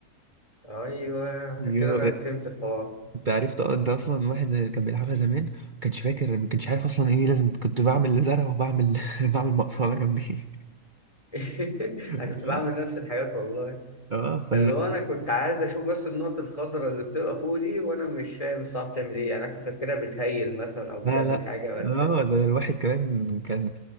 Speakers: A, on the left (about 25°); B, on the right (about 35°).
A: ايوه كده
B: يو
A: انا فهمت الحوار
B: انت عرفت اه انت اصلا واحد كان بيلعبها زمان ما كانش فاكر ما كانش عارف اصلا ايه لازم كنت بعمل زرع وبعمل <laughs> بعمل مقصله جنبي
A: <laughs>
B: <laughs>
A: انا كنت بعمل نفس الحاجات والله
B: اه ف
A: اللي هو انا كنت عايز اشوف بس النقط الخضراء اللي بتبقى فوق دي وانا مش فاهم الصعب بتعمل ايه يعني انا كنت فاكرها بتهيل مثلا او
B: لا
A: بتعمل
B: لا
A: حاجه بس
B: اه ده الواحد كمان كان